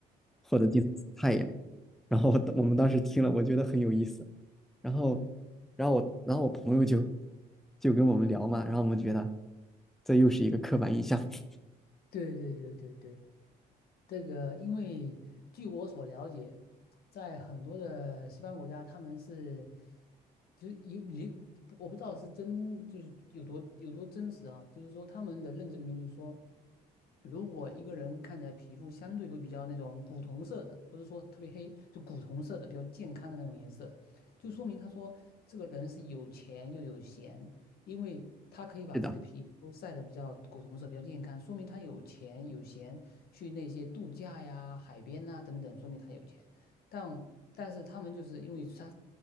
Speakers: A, in the centre; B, on the left (about 65°).
A: 或者经太阳？然后我我们当时听了，我觉得很有意思。然后，
B: 嗯，
A: 然后我然后我朋友就就跟我们聊嘛，然后我们觉得这又是一个刻板印象。<laughs>
B: 对对对对对，这个因为据我所了解，在很多的西方国家，他们是就是有你，我不知道是真就是有多有多真实啊，就是说他们的认知里面就是说。如果一个人看起来皮肤相对会比较那种古铜色的，不是说特别黑，就古铜色的比较健康的那种颜色，就说明他说这个人是有钱又有闲，因为他可以把自己的皮肤晒得比较古铜色，
A: 是的，
B: 比较健康，说明他有钱有闲去那些度假呀、海边呐、等等，说明他有钱。但但是他们就是因为他